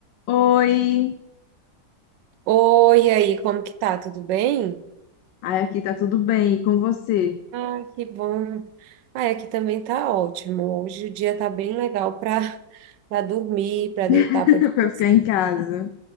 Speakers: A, on the left (about 80°); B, on the right (about 80°).
A: Oi!
B: Oi, e aí, como que tá? Tudo bem?
A: Ai, aqui tá tudo bem, e com você?
B: Ah, que bom. Ah, aqui também tá ótimo. Hoje o dia tá bem legal para para <laughs> dormir, para deitar,
A: <laughs>
B: para descansar.
A: Pra ficar em casa.